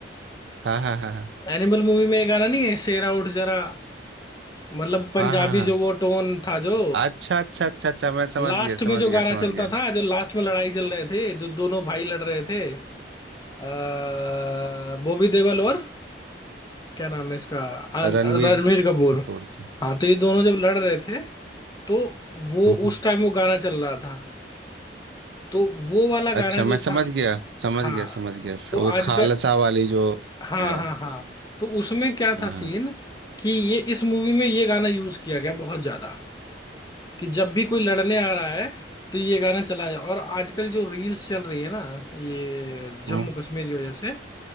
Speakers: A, on the right (about 80°); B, on the left (about 20°).
A: हाँ हाँ हाँ हाँ
B: एनिमल मूवी में ये गाना नहीं है शेरा उठ जरा मतलब पंजाबी
A: हाँ हाँ हाँ
B: जो वो टोन था जो
A: अच्छा अच्छा अच्छा अच्छा मैं समझ
B: लास्ट
A: गया
B: में
A: समझ
B: जो
A: गया
B: गाना
A: समझ
B: चलता
A: गया
B: था जो लास्ट में लड़ाई चल रहे थे जो दोनों भाई लड़ रहे थे अ, बॉबी देओल और क्या नाम है इसका अन-
A: रणवीर
B: रणवीर कपूर
A: कपूर की
B: हाँ तो ये दोनों जब लड़ रहे थे तो वो
A: हम्म, हम्म।
B: उस टाइम वो गाना चल रहा था तो वो वाला
A: अच्छा
B: गाना
A: मैं
B: जो
A: समझ
B: था
A: गया समझ
B: हाँ
A: गया समझ गया
B: तो
A: वो
B: आज
A: खालसा
B: का
A: वाली जो
B: हाँ
A: है
B: हाँ हाँ तो उसमें क्या
A: हाँ
B: था
A: हाँ
B: सीन कि ये इस मूवी में ये गाना यूज किया गया बहुत ज्यादा कि जब भी कोई लड़ने आ रहा है तो ये गाना चला जाए और आजकल जो रील्स चल रही है ना ये
A: हम्म,
B: जम्मू कश्मीर की वजह से